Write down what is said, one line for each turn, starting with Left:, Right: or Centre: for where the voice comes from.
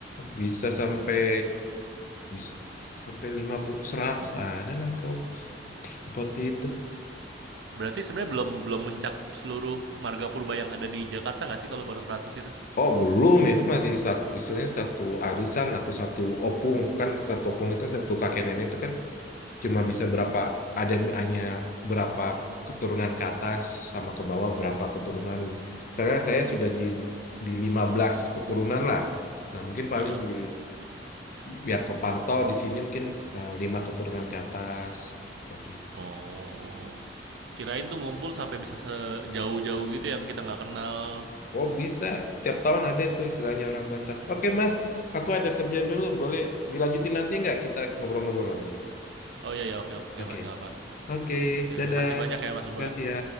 Left: bisa sampai bisa sampai 50 100 ada lah kalau seperti itu
Right: Berarti sebenarnya belum belum mencakup seluruh marga purba yang ada di Jakarta nggak sih kalau baru 100 itu?
Left: Oh belum itu masih satu istilahnya satu arisan atau satu opung kan satu opung itu satu kakek nenek itu kan cuma
Right: Heeh,
Left: bisa berapa ada yang hanya berapa keturunan ke atas sama ke bawah berapa keturunan karena saya sudah di di 15 keturunan lah nah mungkin paling
Right: heeh.
Left: di biar kepantau di sini mungkin eh, lima keturunan ke atas seperti itu
Right: Oh, kirain tuh ngumpul sampai bisa sejauh-jauh gitu yang kita nggak kenal.
Left: oh bisa tiap tahun ada itu istilahnya orang Batak oke Mas Aku ada kerjaan dulu, boleh dilanjutin nanti nggak kita ngobrol-ngobrol lagi?
Right: Oh, iya, ya, oke oke
Left: Oke,
Right: Mas, nggak apa.
Left: oke,
Right: Ya
Left: dadah.
Right: makasih banyak ya Mas
Left: Makasih
Right: Purba.
Left: ya.